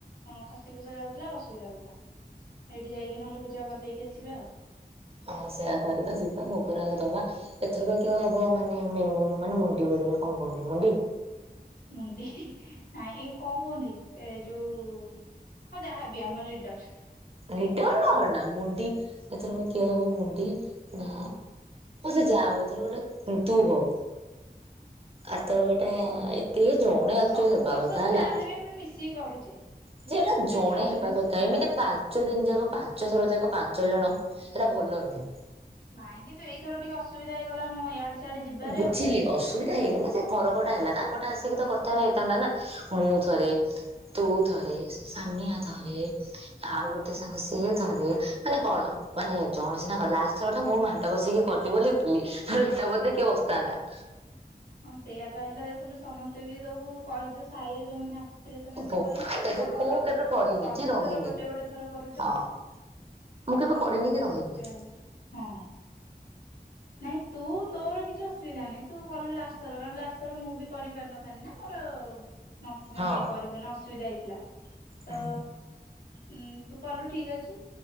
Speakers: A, on the left; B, on the right.
A: ଅଁ ଖସି ଖୁସା ଯାଉଥିଲା ଅସୁବିଧା ହେଉଥିଲା ଏଇଠି ଯାଇକି ନହେଲେ ପୂଜା କରିଦେଇକି ଆସିବା ଆଉ।
B: ହଁ ସେୟା କରିବା ଯିବା ଭୋଗରାଗ ଦବା ଏଥରକ କିଏ ହବ ମାନେ ମେ ମାନେ ମୁଣ୍ଡି ନା କଣ କୁହନ୍ତି ମୁଣ୍ଡି?
A: ମୁଣ୍ଡି ନାଇଁ ଏଇ କଣ କୁହନ୍ତି ଏ ଯୋଉ ହଁ ଯାହାବି ଆମ ଲିଡର୍।
B: ଲିଡର୍ ନା ମୁଣ୍ଡି ଏଥରକ କିଏ ହବ ମୁଣ୍ଡି ନା ସେ ଯାହା ହଉ ଏଥରକ ଟା ତୁ ହୋ। ଆରଥରକ ଟା ଏ କିଏ ଜଣେ
A: ସବୁ
B: ଆକଚ୍ୟୁଲି ହେବା
A: ବର୍ଷ
B: କଥା
A: ତ
B: ହେଲା।
A: ଯାହାହେଲେ ବି ଆମେ ମିଶିକି କରୁଛେ
B: ଯେ ଏଟା
A: ମାନେ
B: ଜଣେ
A: ସବୁ
B: ହେବା
A: ଜିନିଷ
B: କଥା ଏମିତି ପାଞ୍ଚ ପାଞ୍ଚ ଦିନି ଯାକ ପାଞ୍ଚ ଥର ଯାକ ପାଞ୍ଚ ଜଣ ସେଇଟା ଭଲ ନୁହେଁ।
A: ନାଇଁ କିନ୍ତୁ ଏଇଥର ଟିକେ ଅସୁବିଧା ହେଇଗଲା ମ ଇଆଡେ ସିଆଡେ ଯିବାରେ
B: ବୁଝିଲି
A: ଆଉ
B: ଅସୁବିଧା ହେଇଗଲା ଯେ ଥରକଟା ହେଲା ତା ଏପଟେ ଆସିକି ତ କରିଥାନ୍ତେ ହେଇଥାନ୍ତା ନା ମୁଁ ଥରେ ତୁ ଥରେ ସାନିଆ ଥରେ ଆଉ ଗୋଟେ ସାଙ୍ଗ ସିଏ ଥରେ ମାନେ କଣ ମାନେ ଜଣେ ସିନା <unintelligible> ଲାଷ୍ଟ୍ ଥର ଟା ମୁଁ ମାଡ଼ ବସିକି କଲି ବୋଲି କଲି ଏଟା ବୋଧେ କିଏ ବସିଥାନ୍ତା।
A: ହଁ ସେଇଆପା ହେଲା ଦେଖୁନୁ ସମସ୍ତେ ବି ସବୁ କହି ଯୋଉ ସାହି ରେ ଯୋଉମାନେ ଆସି ଥିଲେ ସେମାନେ ସବୁ
B: ବୋପା
A: କହିଲେ କହିଲେ
B: ଦେଖେ
A: ତମର
B: ମୁଁ
A: କଣ
B: କେବେ କରିନି
A: ସବୁ
B: କି ରହିନି
A: ଥର ଗୋଟେ ଗୋଟେ ଥର କରୁଚ।
B: ହଁ ମୁଁ କେବେ
A: ହଁ
B: କରିନି
A: ପରା
B: କି ରହିନି
A: ସେଇଆ ହେଲା ହଁ। ନାଇଁ ତୁ ତୋର କିଛି ଅସୁ ସୁବିଧା ନାହିଁ ତୁ କଲୁ ଲାଷ୍ଟ୍ ଥର କାରଣ ଲାଷ୍ଟ୍ ଥର ମୁଁ ବି କରିପାରିନଥାନ୍ତି ନା ମୋର ନ ତ ମାନେ
B: ହଁ
A: କରିପାରିନି ଅସୁବିଧା ହେଇଥିଲା ତ
B: ହୁଁ
A: ଉୁଁ ତୁ କଲୁ ଠିକ୍ ଅଛି।